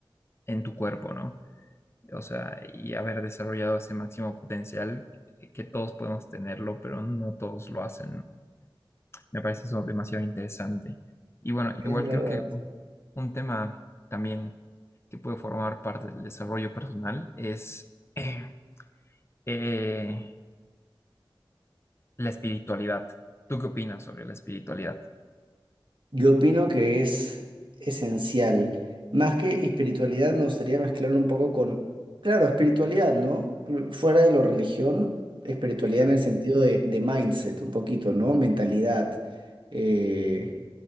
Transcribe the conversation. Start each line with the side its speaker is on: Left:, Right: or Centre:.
Left: en tu cuerpo, ¿no? o sea, y haber desarrollado ese máximo potencial que, que todos podemos tenerlo, pero no todos lo hacen. Me parece eso demasiado interesante. Y bueno,
Right: Es
Left: igual
Right: verdad.
Left: creo que un tema también que puede formar parte del desarrollo personal es eh, eh, la espiritualidad. ¿Tú qué opinas sobre la espiritualidad?
Right: Yo opino que es esencial. Más que espiritualidad, me gustaría mezclarlo un poco con, claro, espiritualidad, ¿no? Fuera de lo religión, espiritualidad
Left: Exacto.
Right: en el sentido de, de mindset, un poquito, ¿no? Mentalidad. Eh,